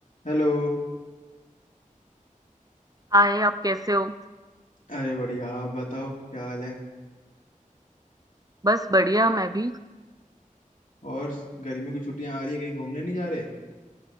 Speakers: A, on the left; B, on the right.
A: Hello
B: हाय आप कैसे हो
A: अरे बढ़िया आप बताओ क्या हाल है
B: बस बढ़िया मैं भी
A: और गर्मियों की छुट्टियां आ रही है कहीं घूमने नहीं जा रहे